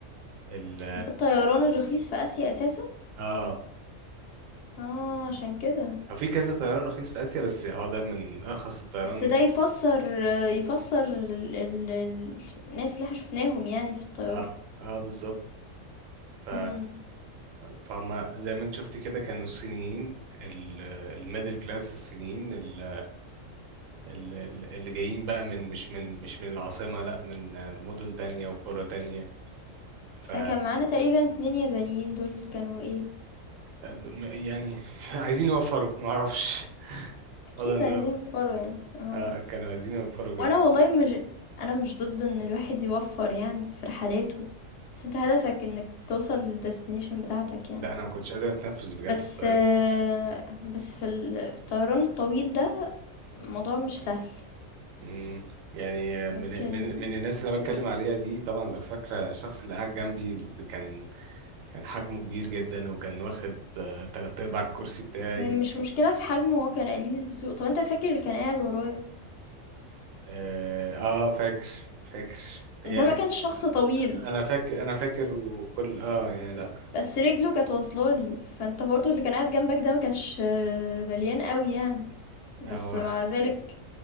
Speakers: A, on the right; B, on the left.
A: ال
B: ده الطيران الرخيص في اسيا اساسا
A: اه
B: اه عشان كده
A: هو في كذا طيران رخيص في اسيا بس هو ده من ارخص الطيران
B: بس ده يفسر يفسر
A: ال-
B: ال... ال... ال... الناس اللي احنا شفناهم يعني في الطيارة
A: اه اه بالظبط ف...
B: امم
A: فهم زي ما انت شفت كده كانوا الصينيين ال- الميدل كلاس الصينيين ال- ال- ال- اللي جايين بقى من مش من مش من العاصمة لا من مدن تانية وقرى تانية ف
B: فكان معانا تقريبا اتنين يابانيين دول كانوا ايه
A: م- يعني <laughs> عايزين يوفروا معرفش
B: اكيد
A: والله انه
B: عايزين
A: <laughs>
B: يوفروا يعني اه
A: آه، كانوا عايزين يوفروا جدا
B: وانا والله مش انا مش ضد ان الواحد يوفر يعني في رحلاته بس انت هدفك انك توصل للديستنيشن بتاعتك يعني
A: لا انا ما كنتش قادر اتنفس بجد
B: بس
A: في الطيارة
B: آه، بس في ال- في الطيران الطويل ده الموضوع مش سهل
A: مم. يعني من
B: ممكن
A: من من الناس اللي أنا بتكلم
B: مم.
A: عليها دي طبعا لو فاكرة الشخص اللي قاعد جنبي اللي كان كان حجمه كبير جدا وكان واخد آه، تلات ارباع الكرسي بتاعي
B: هي مش مشكلة في حجمه هو كان قليل الذوق طب انت فاكر اللي كان قاعد ورايا
A: اه آه، فاكر فاكر يعني
B: ده ما كانش شخص طويل
A: انا فاكر انا فاكر وكل اه يعني لا
B: بس رجله كانت واصلة لي فانت برضو اللي كان قاعد جنبك ده ما كانش آه، مليان قوي يعني بس
A: هو
B: مع ذلك